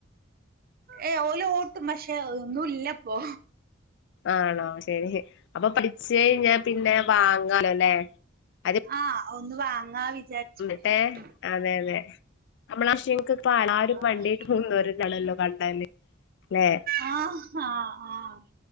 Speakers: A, on the right; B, on the left.
A: ഏയ് ഓല് ഓട്ടും പക്ഷെ ഒന്നും ഇല്ലപ്പൊ
B: ആണോ ശരി അപ്പൊ പഠിച്ചഴിഞ്ഞ
A: ഉം
B: പിന്നെ
A: ഉം ഉം
B: വാങ്ങാലോ ല്ലേ അത്
A: ആഹ് ഒന്ന് വാങ്ങാ വിചാരിച്ചിട്ടേ
B: എന്നിട്ടേ
A: ഉം
B: അതെ അതെ നമ്മളാക്ഷങ്ങക്ക് ല്ലാരും
A: ആഹ്
B: വണ്ടി ആയിട്ട് പൂവുന്നോരാണല്ലോ കണ്ട ണ്ടാല് ലേ
A: ആഹ് ഹ ആഹ് ആഹ്